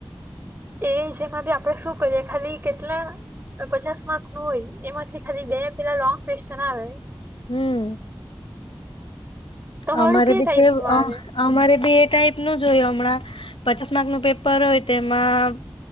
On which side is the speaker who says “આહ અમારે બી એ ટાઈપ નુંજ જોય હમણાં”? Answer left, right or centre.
Left